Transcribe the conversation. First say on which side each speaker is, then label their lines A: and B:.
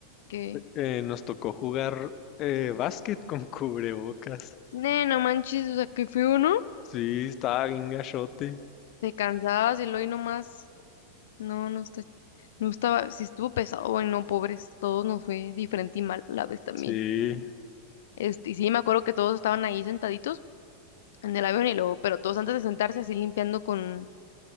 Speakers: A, on the left; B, on the left.
A: que,
B: Eh, nos tocó jugar eh, básquet con <laughs> cubrebocas.
A: ne, no manches, o sea, qué feo, ¿no?
B: Sí, estaba bien gachote.
A: Te cansabas y luego y nomás, no, no está, no estaba, sí estuvo pesado, bueno no, pobres, todos nos fue diferente y mal a la vez también.
B: Sí,
A: Este, y sí, me acuerdo que todos estaban ahí sentaditos en el avión y luego, pero todos antes de sentarse así limpiando con